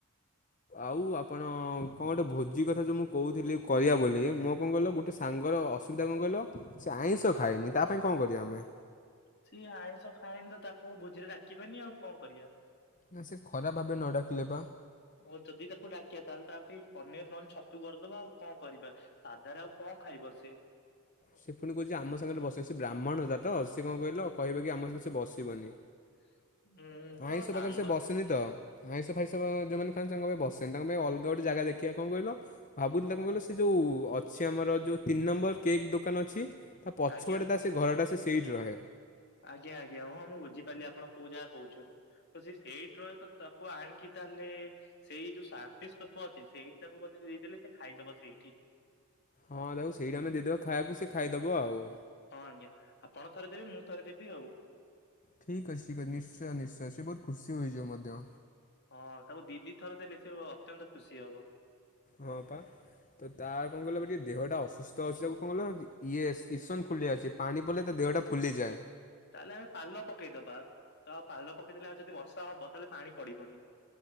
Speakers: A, on the left (about 40°); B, on the left (about 55°).
A: ଆଉ ଆପଣ କଣ ଗୋଟେ ଭୋଜି କଥା ଯୋଉ ମୁଁ କହୁଥିଲି କରିବା ବୋଲି ମୋ କଣ କହିଲ ଗୋଟେ ସାଙ୍ଗର ଅସୁବିଧା କଣ କହିଁଲ ସେ ଆଇଁଷ ଖାଇନି ତା ପାଇଁ କଣ କରିବା ଆମେ
B: ସିଏ ଆଇଁଷ ଖାଏନି ତ ତାକୁ ଭୋଜିରେ ଡାକିବାନି ଆଉ କଣ କରିବା।
A: ନା ସେ ଖରାପ୍ ଭାବି ବ ନଡ଼ାକିଲେ ବା।
B: ଓ ଯଦି ତାକୁ ଡାକିବା ତାହେଲେ ତାପା ଇଁ ପନିର ନହେଲେ ଛତୁ କରିଦବା ଆଉ କଣ କରିବା। ସାଧାରେ ଆଉ କଣ ଖାଇବ ସେ?
A: ସେ ପୁଣି କହୁଛି ଆମ ସାଙ୍ଗରେ ବସିବ ସେ ବ୍ରାହ୍ମଣ ଗୁରାଆ ତ ସେ କଣ କହିଲ କହିବେ କି ଆମ ସାଙ୍ଗ ସେ ବସିବନି।
B: <inaudible> ତ
A: ଆଇଁଷ
B: ସାଙ୍ଗ
A: ପାଖରେ ସେ ବସୁନି ତ। ଆଇଁଷ ଫାଇଁନ୍ସ ଯୋଉମାନେ ଖାଆନ୍ତି ତାଙ୍କ ପାଇଁ ବସେନି ତାଙ୍କ ପାଇଁ ଅଲଗ ଗଟେ ଜାଗା ଦେଖିବା କଣ କହିଲ? ଭାବୁଥିଲି ତାଙ୍କୁ କହିଲ ସେ ଯେଉଁ ଅଛି ଆମର ଯଉ ତିନି ନମ୍ବର କେକ୍ ଦୋକାନ ଅଛି ତା ପଛପଟେ
B: ଆଜ୍ଞା
A: ତା ସେ ଘରଟା ସେଇଠି ରହେ।
B: ଆଜ୍ଞା ଆଜ୍ଞା ହଁ ବୁଝିପାରିଲି ଆପଣ କୋଉ ଜାଗହା କହୁଛନ୍ତି। ତସେ ସେଠି ରହେ ତ ତାକୁ ଆଣିକି ତାହେଲେ ସେଇ ଯୋଉ ଶାନ୍ତି ସ୍ତୂପ ଅଛି ସେଇଠି ତାକୁ ବେ ଦେଇଦେଲେ ସେ ଖାଇଦବ ସେଇଠି।
A: ହଁ ତାକୁ ସେଇଠି ଆମେ ଦେଇଦବା ଖାଇବାକୁ ସେ ଖାଇଦବା ଆଉ।
B: ହଁ ଆଜ୍ଞା ଆପଣ ଥରେ ଦେବେ ମୁଁ ଥରେ ଦେବି ଆଉ।
A: ଠିକ୍ ଅଛି ଠିକ୍ ଅଛି ନିଶ୍ଚୟ ନିଶ୍ଚୟ ସେ ବହୁତ ଖୁସି ହୋଇଯିବ ମଧ୍ୟ
B: ହଁ ତାକୁ ଦିଦି ଥର ଦେଲେ ସେ ଅତ୍ୟନ୍ତ ଖୁସି ହବ।
A: ହଁ ପା। ତାର କଣ କହିଲ ଟିକେ ଦେହଟା ଅସୁସ୍ତ ଅଛି ତାକୁ କଣ କହିଲ ଇଏ ଇସନ ଫୁଲିଆ ଅଛି। ପାଣି ପଡିଲେ ତା ଦେହଟା ଫୁଲିଯାଏ।
B: ତାହେଲେ ଆମେ ପାଲ ପକେଇଦବା ତ ପାଲ ପକେଇଦେଲେ ଆମେ ଯଦି ବର୍ଷା ହବ ତାହେଲେ ପାଣି ପଡିବନି।